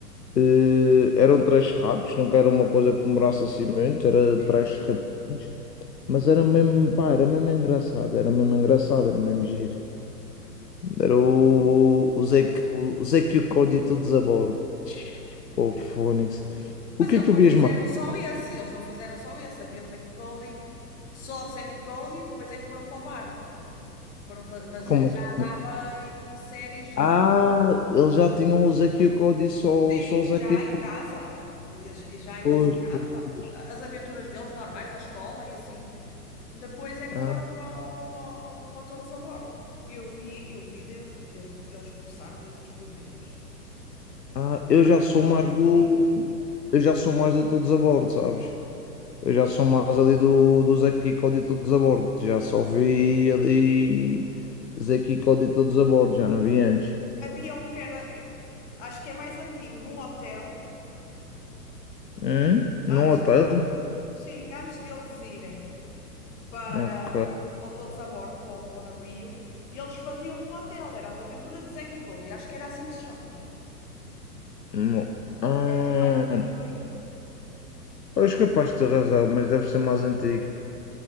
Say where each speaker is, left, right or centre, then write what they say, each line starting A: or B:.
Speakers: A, on the left; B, on the left.
A: Eh, eram trash rápidos, nunca era uma coisa que demorasse assim muito, era
B: Sim.
A: trash rápidos. Mas era mesmo, pá, era mesmo engraçado, era mesmo engraçado, era mesmo giro. Era o, o, Zé, o Zé que o Código todos a bordo. Pô, Fónix. O
B: Mas
A: que
B: eles
A: é que tu
B: não
A: vias
B: fizeram
A: mais?
B: só esse, eles não fizeram só esse. Havia o Zack e Cody, só o Zack e Cody, e depois é que foram para o barco. Foram, fa- mas
A: Como
B: já
A: assim?
B: dava e- séries,
A: Ah, eles já tinham o Zé que o Código só,
B: sim,
A: só o Zé
B: já
A: que
B: em
A: o
B: casa. Eles- Já eles
A: Pois,
B: em casa,
A: pois, pois.
B: as aventuras deles normais da escola e assim. Depois é que
A: Ah,
B: foram para, o- para, o- para o todos a bordo. Eu vi, eu vi desde, desde que eles começaram, desde as primeiras.
A: ah, eu
B: Já
A: já sou
B: há
A: mais
B: bem
A: do.
B: uns aninhos.
A: Eu já sou mais do todos a bordo, sabes? Eu já sou mais ali do, do Zé que o Código todos a bordo. Já só vi ali Zé que o Código todos a bordo, já não vi antes.
B: Havia um que era, acho que é mais antigo, num hotel,
A: Hum? Num
B: antes
A: hotel?
B: dele, sim, antes deles irem para,
A: Ok.
B: para o todos a bordo, para, o- para o navio, e eles faziam num hotel, era As Aventuras de Zack e Cody, acho que era assim que se chamava.
A: Hum, Ah,
B: Deve ser mais antigo ainda.
A: eu acho capaz de ter razão, mas deve ser mais antigo.